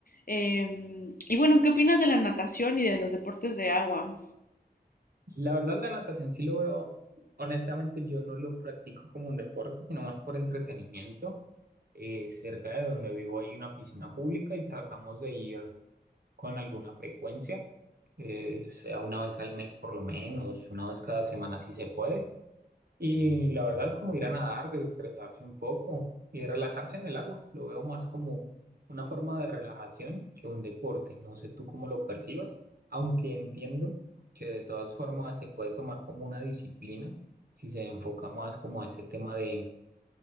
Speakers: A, on the left; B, on the right.
A: Eh, y bueno, ¿qué opinas de la natación y de los deportes de agua?
B: La verdad, la natación sí lo veo. Honestamente, yo no lo practico como un deporte, sino más por entretenimiento. Eh, cerca de donde vivo hay una piscina pública y tratamos de ir con alguna frecuencia, eh, sea una vez al mes por lo menos, una vez cada semana si se puede. Y la verdad, como ir a nadar, desestresarse un poco y relajarse en el agua. Lo veo más como una forma de relajación que un deporte. No sé tú cómo lo percibas, aunque entiendo que de todas formas se puede tomar como una disciplina si se enfoca más como a ese tema de,